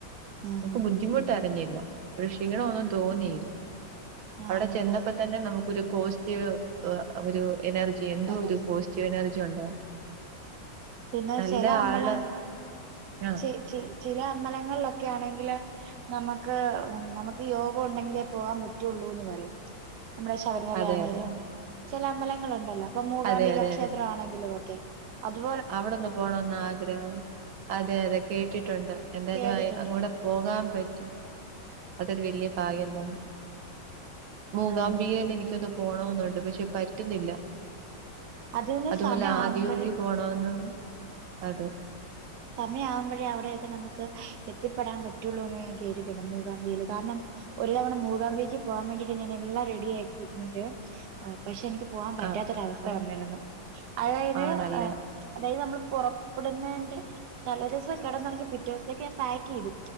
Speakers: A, on the right; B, on the right.
A: ഉം
B: നമ്മക്ക് ബുദ്ധി
A: ഉം
B: <unintelligible>
A: ഉം
B: ഒരു ക്ഷിണം ഒന്നു തോന്നിയില്ല അവിടെ
A: ആണല്ലേ
B: ചെന്നപ്പം തന്നെ നമ്മക്കൊരു പോസറ്റീവ് ആ ഒരു എനർജി എന്തോരു
A: എന
B: പോസറ്റീവ് എനർജി <unintelligible>
A: പിന്നെ
B: നല്ല
A: ചെല അമ്പലങ്ങ
B: ആള് ആ
A: ചെ ചെ ചെല അമ്പലങ്ങളിലൊക്കെ ആണെങ്കില് നമ്മക്ക് നമ്മക്ക് യോഗം ഒണ്ടങ്കിലെ പോകാൻ പറ്റുള്ളൂ എന്ന് പറയും നമ്മടെ ശബരിമല
B: അതെ
A: ആണെലും
B: അതെ
A: ചെല അമ്പലങ്ങൾ ഒണ്ടല്ലോ ഇപ്പം മുകാംബിക
B: അതെ അതെ
A: ക്ഷേത്രം
B: അതെ
A: ആണെങ്കിലും ഒക്കെ അതു
B: അവിടൊന്ന് പോണന്ന് ആഗ്രഹഠ ഒണ് അതെ അതെ കേട്ടിട്ടുണ്ട് എന്തായാലും
A: കേട്ടിട്ടുണ്ട്
B: അയ് അവിടെ
A: ഞാൻ
B: പോകാൻ പറ്റ അതൊരു വല്യ ഭാഗ്യം തോന്നുന്നു മൂകാംബികേല്
A: ആണല്ലേ
B: എനിക്കൊന്ന് പോണോന്ന് ഒണ്ട് പക്ഷേ പറ്റുന്നില്ല
A: അതിന്
B: അതുപോലെ
A: സമയം
B: ആദിയോഗിയിൽ
A: ആകുമ്പഴേ
B: പോണംന്ന് അതെ
A: സമയം ആവുമ്പഴേ അവിടേക്കെ നമുക്ക് എത്തിപെടാൻ പറ്റുളുന്ന് കേട്ടിട്ടുണ്ട് മൂകാംബികയിൽ കാരണം ഒരു തവണ മൂകാംബികക്ക് പോകാൻ വേണ്ടി ഞാൻ എല്ലാം റെഡി ആക്കി ഇരുന്നിട്ട് ആ പക്ഷെ എനിക്ക് പോകാൻ പറ്റാത്ത
B: ആഹ്
A: ഒരു അവസ്ഥ
B: അതെ
A: വന്നിരുന്നു അതായിത്
B: ആണല്ലേ
A: അതായിത് നമ്മൾ പുറപ്പെടുനെന്റെ തലേദിവസം കിടന്ന് ഉറങ്ങി പിറ്റേ ദിവസതെക്ക് ഞാൻ പാക്ക് ചെയ്തു